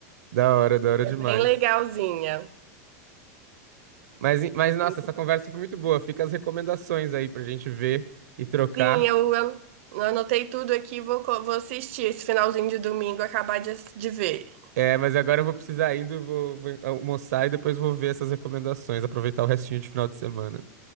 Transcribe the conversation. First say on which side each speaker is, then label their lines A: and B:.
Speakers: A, on the right; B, on the right.
A: Da hora, da hora
B: É
A: demais.
B: bem legalzinha.
A: Mas, mas, nossa,
B: Muito
A: essa conversa foi muito boa. Fica as recomendações aí pra gente ver e trocar.
B: Sim, eu, eu eu anotei tudo aqui e vou, co- vou assistir esse finalzinho de domingo, acabar de, ass- de ver.
A: É, mas agora eu vou precisar indo, vou, vou almoçar e depois vou ver essas recomendações, aproveitar o restinho de final de semana.